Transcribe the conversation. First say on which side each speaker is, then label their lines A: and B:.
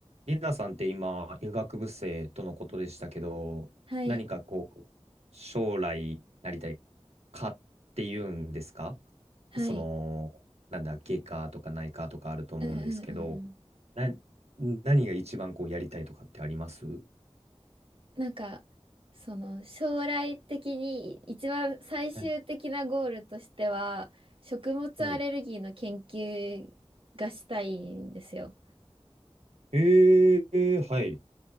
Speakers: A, on the right; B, on the right.
A: リナさんって今、医学部生とのことでしたけど、
B: はい、
A: 何かこう、将来なりたいかっていうんですか
B: はい。
A: その、なんだ、外科とか内科とかあると思うんですけど、
B: うんうんうんうん。
A: な、何が一番こうやりたいとかってあります
B: なんか、その、将来的に一番最終的なゴールとしては、
A: はい。
B: 食物アレルギーの研究がしたいんですよ。
A: はい。えー、はい。